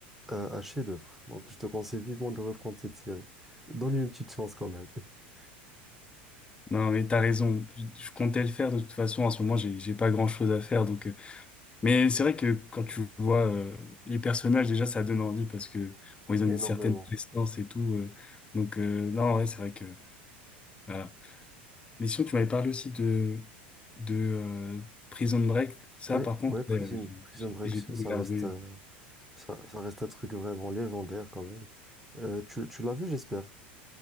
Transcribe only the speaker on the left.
non mais t'as raison. Je comptais le faire de toute façon. En ce moment, j'ai, j'ai pas grand-chose à faire, donc euh, Mais c'est vrai que quand tu vois euh, les personnages, déjà, ça donne envie parce que bon, ils ont
une certaine prestance et tout. euh, donc, euh, non, ouais, c'est vrai que voilà. Mais sinon, tu m'avais parlé aussi de, de euh, Prison Break. Ça,
par contre,
ouais, euh,
j'ai
j'ai-
tout
regardé.